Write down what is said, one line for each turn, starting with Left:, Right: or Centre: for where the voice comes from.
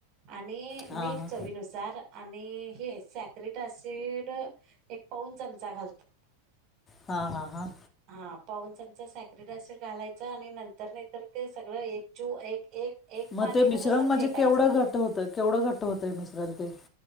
Right: आणि मीठ
Left: हां
Right: चवीनुसार आणि हे सॅकिट अससिड एक पा दोन चमचा घालत फ्री...
Left: हा हा हा
Right: ह पाऊन चमचा साॅकरीडशीर घालायच आणि नंतर नाहीतर ते सगळं एक चू एक एक
Left: मग
Right: मार्गीनच
Left: ते मिश्रण
Right: असं
Left: म्हणजे
Right: फेटायचं
Left: केवढं घट होत केवढं घट होतय मिश्रण ते...